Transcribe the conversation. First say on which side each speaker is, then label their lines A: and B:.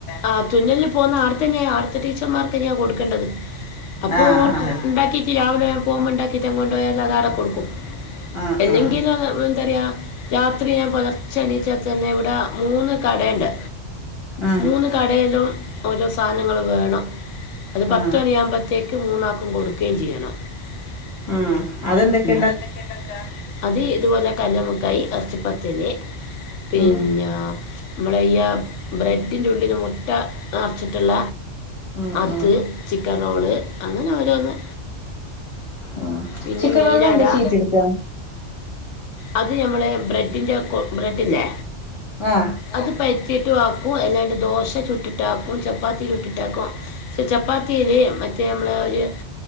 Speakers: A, on the left (about 80°); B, on the left (about 30°).
A: ആഹ് തുന്നൽന്ന് പോന്ന ആവുട്തന്നെ അടുത്തടീച്ചർമാർക്ക്ന്നെ കൊടുക്കേണ്ടത്. അപ്പോൾഉണ്ടാക്കിട്ട്
B: ആ ആ
A: രാവിലെ പോവുമ്പോ ഉണ്ടാക്കിയിട്ട് കൊണ്ടോയാൽ അതാവിടെകൊടുക്കും
B: ആ
A: എന്നെങ്കിലും
B: ആ
A: ന്താ പറയുക രാത്രിഞാൻ പുലർച്ചഎണീച്ചചന്നെ ഇവിടാ മൂന്ന്കടേണ്ട്
B: ആ
A: മൂന്ന്കടയിലും ഓരോസാധനങ്ങള് വേണം അത്പത്ത് പത്ത്ണിയവുമ്പോത്തേക്ക്
B: ആ
A: മൂന്നാക്ക് കൊടുക്കേംചെയ്യണം മം.
B: ഉം അതെന്തൊക്കെ
A: അത് ന്താ ഇണ്ടാക്കാ? അത് ഇതുപോലെക്കന്നെ കൈ <unintelligible> പിന്നെ!
B: ഉം
A: നമ്മളിയ ബ്രെഡിൻ്റെഉള്ളില് മുട്ടാ അറച്ചിട്ടുള്ള
B: ഉം
A: അത്
B: ഉം
A: അങ്ങനെഒരോന്ന്
B: ഉം
A: പിന്നെ
B: ചിക്കൻ
A: മീനാടാ
B: റോള് എന്താ ചീറ്റെടുക്കാ
A: അത് മ്മളെ ബ്രെഡിന്റെകൊ ബ്രെഡ്ല്ലേ
B: ആ
A: അത് പറ്റിയിട്ട് <unintelligible> ദോശചുട്ട്ട്ടാക്കും ചപ്പാത്തിചുട്ടിട്ടാക്കും ചപ്പാത്തി <unintelligible> മറ്റേമ്മളെ ഒരു